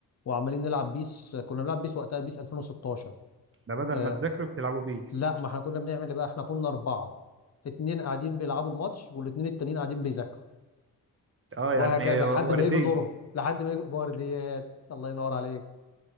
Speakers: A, on the left; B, on the right.
A: وعمالين نلعب بيس كنا بنلعب بيس وقتها بيس 2016
B: ده بدل
A: آه،
B: ما تذاكروا بتلعبوا بيس
A: لا ما احنا كنا بنعمل ايه بقى احنا كنا اربعه اتنين قاعدين بيلعبوا الماتش والاتنين التانيين قاعدين بيذاكروا
B: اه يعني
A: وهكذا
B: وردية
A: لحد ما يجي دوره لحد ما يجي بورديات الله ينور عليك